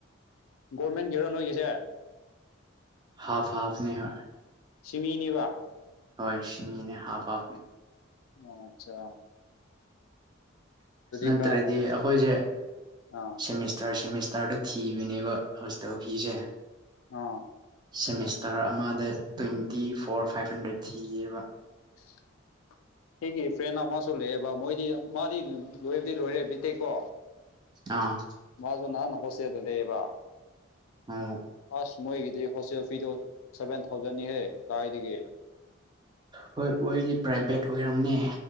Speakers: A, on the left; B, on the right.
A: ꯒꯣꯔꯃꯦꯟꯒꯤꯔꯣ ꯅꯣꯏꯒꯤꯁꯦ
B: ꯍꯥꯐ ꯍꯥꯐꯅꯤ ꯍ‌ꯣꯏ
A: ꯁꯤꯃꯤꯅꯤ ꯕ
B: ꯍꯣꯏ ꯁꯤꯃꯤꯅꯦ ꯍꯥꯞ ꯍꯥꯞ ꯅ‌ꯦ
A: ꯑꯣ ꯑꯆꯥ
B: ꯅꯠꯇ꯭ꯔꯗꯤ
A: ꯈꯔ ꯍꯣꯡ
B: ꯑꯩꯈꯣꯏꯁꯦ
A: ꯑꯥ
B: ꯁꯦꯃꯤꯁꯇꯔ ꯁꯦꯃꯤꯁꯇꯔꯗ ꯊꯤꯕꯅꯦꯕ ꯍꯣꯁꯇ‌ꯦꯜ ꯐꯤꯁꯦ
A: ꯑ‌ꯣ
B: ꯁꯦꯃꯤꯁꯇꯔ ꯑꯃꯗ ꯇ꯭ꯋꯦꯟꯇꯤ ꯐꯣꯔ ꯐꯥꯏꯚ ꯍꯟꯗ꯭ꯔꯦꯠ ꯊꯤꯌꯦꯕ
A: <inaudible> ꯑꯩꯒꯤ ꯐ꯭ꯔꯦꯟ ꯑꯃꯁꯨ ꯂꯩꯑꯦꯕ ꯃꯣꯏꯗꯤ ꯃꯥꯗꯤ ꯂꯣꯏꯕꯗꯤ ꯂꯣꯏꯔꯦ ꯕꯤ ꯇꯦꯀꯣ
B: ꯑꯥ
A: ꯃꯥꯁꯨ ꯅꯍꯥꯟꯅ ꯍꯣꯁꯇꯦꯜꯗ ꯂꯩꯌꯦꯕ
B: ꯑꯣ
A: ꯑꯁ ꯃꯣꯏꯒꯤꯗꯤ ꯍꯣꯁꯇꯦꯜ ꯐꯤꯗꯨꯣ ꯁꯚꯦꯟ ꯊꯥꯎꯖꯟꯅꯤꯍꯦ ꯀꯥꯏꯗꯒꯤ
B: ꯍꯣꯏ ꯑꯣꯏꯔꯗꯤ ꯄ꯭ꯔꯥꯏꯚꯦꯠ ꯑꯣꯏꯔꯝꯅꯦ